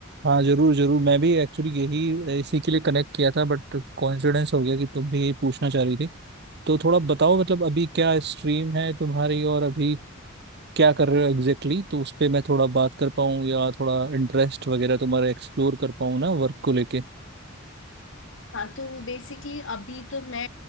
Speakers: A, on the right; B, on the left.
A: हाँ जरूर जरूर मैं भी एक्चुअली यही इसी के लिए कनेक्ट किया था बट कोइंसिडेंस हो गया कि तुम भी यही पूछना चाह रही थी तो थोड़ा बताओ मतलब अभी क्या स्ट्रीम है तुम्हारी और अभी क्या कर रहे हो एग्जैक्टली exactly, तो उस पे मैं थोड़ा बात कर पाऊँ या थोड़ा इंटरेस्ट वगैरह तुम्हारा एक्सप्लोर कर पाऊँ ना वर्क को लेके
B: हाँ तो बेसिकली अभी तो मैं